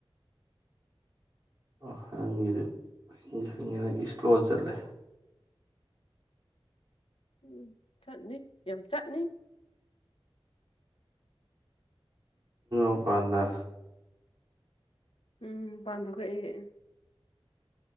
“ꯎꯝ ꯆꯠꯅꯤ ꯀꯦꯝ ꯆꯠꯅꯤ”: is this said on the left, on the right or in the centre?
Left